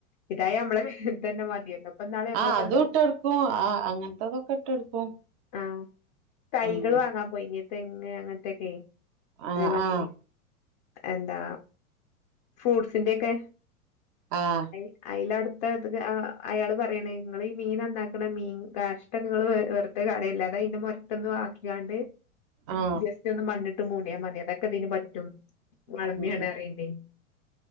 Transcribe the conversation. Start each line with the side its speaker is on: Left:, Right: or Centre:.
Left: ഇതായ മ്മളെ വീട്ടിൽ തന്നെ മതിയല്ലോ. ഇപ്പൊ ഇന്നാള് ഞങ്ങളിപ്പോ
Right: ആ അതും
Left: എന്താ
Right: ഇട്ടോടുക്കും ആ അങ്ങനത്തെതൊക്കെ ഇട്ടൊടുക്കും.
Left: ആഹ് തൈകള്
Right: ഉം
Left: വാങ്ങാൻ പോയിനി തെങ്ങ് അങ്ങനത്തൊക്കെ
Right: ആഹ്
Left: അതേമാതിരി
Right: ആഹ്
Left: എന്താ ഫ്രൂട്ട്സിന്റെ ഒക്കെ
Right: ആഹ്
Left: ഐ ഐലാടു <unintelligible> <unintelligible> ആ അയാള് പറയണെ നിങ്ങള് ഈ മീൻ നന്നാക്കണ മീൻ കാഷ്ട്ടങ്ങള് വെറുതെ കളയല്ലെ അത അതിന്റെ മൊരട്ടൊന്നു വാക്കിയാണ്ട്
Right: ആഹ്
Left: ജസ്റ്റ് ഒന്ന് മണ്ണിട്ട് മൂടിയ മതി അതൊക്കെ ഇതിന് പറ്റും. വളമിയാണ്
Right: ഉം ഉം
Left: അറിയണ്ടേ